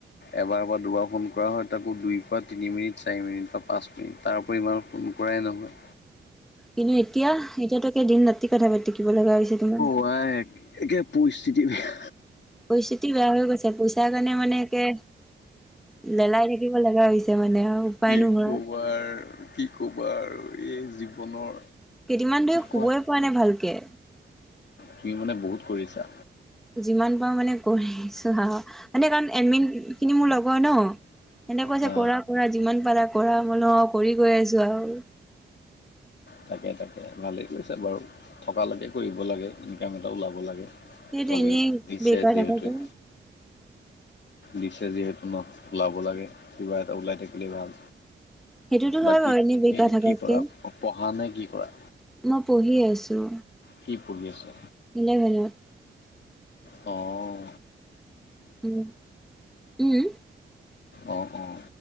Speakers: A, on the left; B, in the centre.
A: এবাৰ বা দুবাৰ ফোন কৰা হয়, তাকো দুইৰপৰা তিনি মিনিট, চাৰি মিনিট বা পাঁচ। তাৰপৰি ইমান ফোন কৰাই নহয়।
B: কিন্তু এতিয়া এতিয়াতো একে দিন ৰাতি কথা পাতিব লগা হৈছে তোমাৰ।
A: হয়। একে পৰিস্থিতি বেয়া।
B: পৰিস্থিতি বেয়া হৈ গৈছে, পইচা কাৰণে মানে একে লেলাই থাকিব লগা হৈছে মানে। আৰু উপায়
A: কি
B: নোহোৱা
A: ক'বাৰ কি ক'বা আৰু এই জীৱনৰ
B: কেইদিনান ধৰি শুবই
A: কোৱা
B: পোৱা নাই ভালকে।
A: তুমি মানে বহুত কৰিছা?
B: যিমান পাৰোঁ মানে কৰিয়ে আছোঁ হা, মানে কাৰণ এডমিনখিনি মোৰ লগৰ ন'। সেহতে কৈছে
A: হা
B: কৰা কৰা যিমান পাৰা কৰা, মোলো কৰি গৈ আছো আৰু।
A: তাকে তাকে ভালেই কৰিছা বাৰু, থকালৈকে কৰিব লাগে, ইনকাম এটা ওলাব লাগে।
B: সেইটো
A: চবেই
B: এনেই
A: দিছে
B: বেকাৰ
A: যিহেতু।
B: থাকাকে
A: দিছে যিহেতু ন' ওলাব লাগে, কিবা এটা ওলাই থাকিলে ভাল।
B: সেইটোতো হয়
A: বাকী
B: বাৰু এনেই
A: তুমি
B: বেকাৰ থাকাতকে
A: কি কৰা? পঢ়া নে কি কৰা?
B: মই পঢ়িয়ে আছোঁ।
A: কি পঢ়ি আছা?
B: ইলেভেনত
A: অঁ
B: উম উম
A: অঁ অঁ